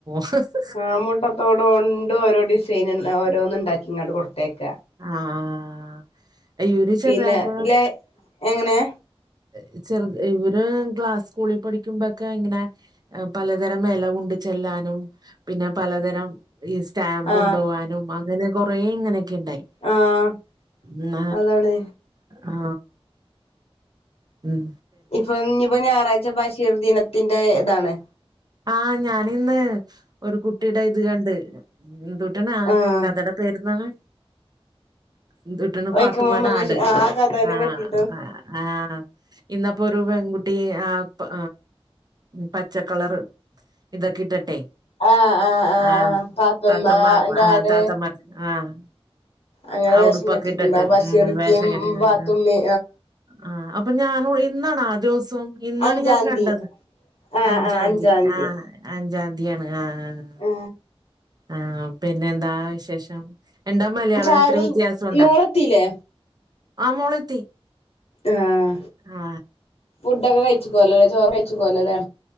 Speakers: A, on the right; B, on the left.
A: ഹ് ഹ്.
B: ആ മുട്ടത്തോടണ്ട് ഓരോ ഡിസൈൻ ഇൻ ഓരോന്ന് ഇണ്ടാക്കിക്കാണ്ട് കൊടുത്തേയ്ക്ക.
A: ആഹ് ഇവര് ചെറുതായപ്പോഴും
B: പിന്നെ ല്ലെ എങ്ങനെ.
A: ഏ ചെറുത് ഇവര് ക്ലാസ്സ് സ്കൂളിൽ പഠിക്കുമ്പോക്കെ ഇങ്ങനെ. പലതരം ഇല കൊണ്ടു ചെല്ലാനും പിന്നെ പലതരം. ഈ സ്റ്റാമ്പ്
B: ആഹ്
A: ഉണ്ടോവാനും അങ്ങനെ കൊറേ ഇങ്ങനെയൊക്കെ ഉണ്ടായി.
B: ആഹ്
A: ന്ന
B: അതാണ്
A: ആഹ. ഉം.
B: ഇപ്പൊ ഇനിയിപ്പോ ഞായറാഴ്ച ബഷീർ ദിനത്തിന്റെ ഇതാണ്.
A: ആഹ ഞാനിന്ന് ഒരു കുട്ടിയുടെ ഇത് കണ്ട് ഇന്തു ട്ടന ആ
B: ആഹ്
A: കഥടെ പേരുന്നാപറഞ്ഞെ ഏദുട്ടണ്
B: വൈക്കം
A: പാത്തുമാടെ
B: മുഹമ്മദ് ബഷീർ
A: ആട്
B: ആ കഥേനെ
A: ആഹ
B: പറ്റിയിട്ട്
A: ആ. ആഹ് ഇന്നപ്പൊ ഒരു പെൺകുട്ടി ആ പ പച്ചക്കളർ ഇതൊക്കെ ഇട്ടിട്ടെ?
B: ആ ആ ആ
A: ആഹ
B: പാത്തുമ്മന്റെ
A: താത്തമാ ആ
B: ആട്
A: താതമാ ആഹ്.
B: അങ്ങനെ
A: ആ
B: വേഷം
A: ഉടുപ്പൊക്കെ
B: കെട്ടിട്ടുണ്ടാവും
A: ഇട്ടിട്ട്
B: ബഷീർക്കയും
A: ഉം വേഷം കെട്ടി
B: പാത്തുമ്മി
A: ആ. ആ അപ്പൊ ഞനോ ഇന്നാണ് ആ ദിവസം ഇന്നാണ്
B: അഞ്ചാംതി
A: ഞാൻ കണ്ടത്.
B: ആ
A: അഞ്ചാതീ
B: ആ അഞ്ചാംതി
A: ആഹ. അഞ്ചാതിയാണ് ആഹ
B: ആ
A: ആഹ പിന്നെ എന്താ വിശേഷം? എന്താ മലയാളം
B: ചായുടി
A: ഇത്ര
B: കഴിഞ്ഞോ
A: വ്യത്യാസം ഉണ്ടോ
B: മോളെത്തില്ലേ
A: ആ മോളെത്തി.
B: ആഹ
A: ആ
B: ഫുഡൊക്കെ കഴിച്ചുകോ ലല്ലെ ചോറ് കഴിച്ചു കോലല്ലെ